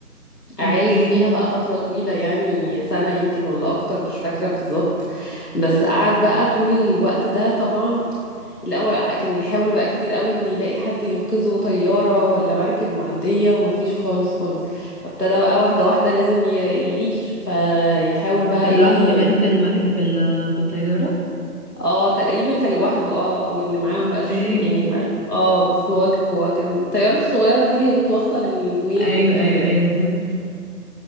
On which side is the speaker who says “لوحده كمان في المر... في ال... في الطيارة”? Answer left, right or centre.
Left